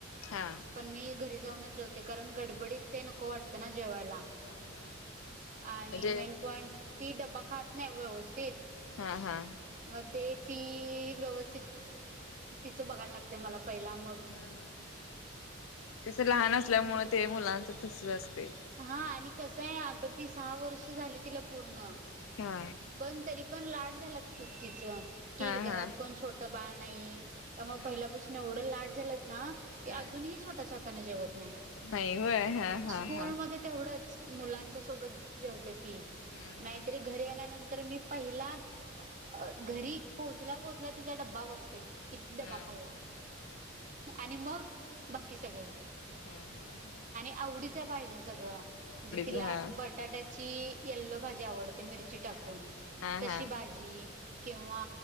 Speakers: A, on the left; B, on the right.
A: हा
B: पण मी घरी जाऊनच जेवते कारण गडबडीत ते नको वाटतं ना जेवायला
A: हा हा
B: आणि
A: म्हणजे
B: मेन पॉइंट ती डब्बा खात नाही व्यवस्थित
A: हा हा
B: मग ते ती व्यवस्थित तिचं बघायला लागते मला पहिला मग
A: हम्म हम्म कस लहान असल्यामुळे ते मुलांच तसच असते
B: हा आणि कसं आहे आता ती सहा वर्ष झाली तिला पूर्ण
A: हा
B: पण तरी पण लाड झाला खूप तिच की
A: हा
B: घरात
A: हा.
B: कोण छोट बाळ नाही त्यामुळे
A: हा
B: पहिल्यापासून एवढं लाड झाले ना ते
A: हा.
B: अजूनही स्वतःच्या हाताने जेवत नाही
A: नाही होय हा हा
B: स्कूलमध्ये
A: हा.
B: तेवढंच मुलांच्यासोबत जेवते ती
A: हम्म
B: नाहीतरी
A: हम्म
B: घरी आल्यानंतर मी पहिला घरी पोहोचल्या पोहोचल्या तिचा डब्बा बघते किती डबा
A: हा
B: खाल्लाय आणि मग बाकी सगळं
A: हम्म हम्म हम्म
B: आवडीच पाहिजे सगळं म्हणजे तिला
A: हा हा
B: बटाट्याची यल्लो भाजी आवडते ते मिरची टाकून.
A: हा. हा
B: तशी
A: हम्म
B: भाजी किंवा